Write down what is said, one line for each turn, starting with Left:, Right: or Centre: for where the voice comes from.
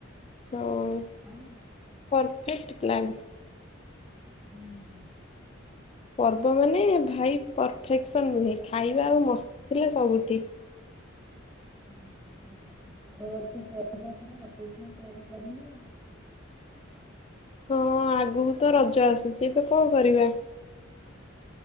Left: ହଁ
Centre: ଆଉ
Left: ପରଫେକ୍ଟ ପ୍ଲାନ୍।
Centre: ହୁଁ।
Left: ପର୍ବ ପର୍ବ ମାନେ ଭାଇ ଫେକ୍ସନ୍ ନୁହେଁ ଖାଇବା ଆଉ ମସ୍ତି ଥିଲେ ସବୁ ଠିକ୍।
Centre: <unintelligible>
Left: ହଁ ଆଗକୁ ତ ରଜ ଆସୁଛି ଏବେ କଣ କରିବା?